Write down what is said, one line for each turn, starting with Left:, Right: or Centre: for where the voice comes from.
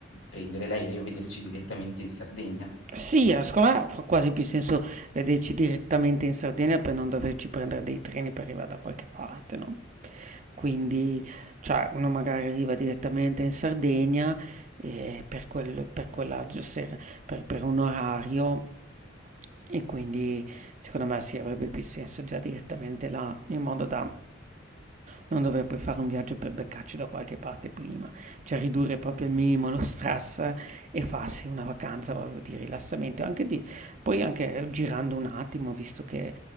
Left: prendere l'aereo e vederci direttamente in Sardegna.
Right: Sì, eh, secondo me fa quasi più senso vederci direttamente in Sardegna per non doverci prendere dei treni per arrivare da qualche parte, no? Quindi, cioè, uno magari arriva direttamente in Sardegna eh, per quel, per quella gi- sera- per- per un orario e quindi secondo me sì, avrebbe più senso già direttamente là, in modo da non dover poi fare un viaggio per beccarci da qualche parte prima, cioè ridurre proprio al minimo lo stress e farsi una vacanza proprio di rilassamento, anche di poi anche girando un attimo, visto che